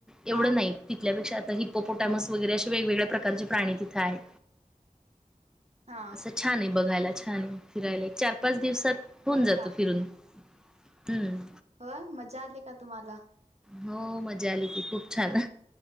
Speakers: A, in the centre; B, on the right.
A: एवढं
B: हा
A: नाही. तिथल्यापेक्षा आता हिप्पो तामस वगरे असे वेगवेगळ्या प्रकारचे प्राणी तिथ आहे
B: हा
A: अस छान आहे. बघायला छान फिरायला. एक चार पाच दिवसात होऊन
B: होय
A: जात फिरून. हम्म.
B: हो. मजा आली का तुम्हाला?
A: हो. मजा आली की खूप छान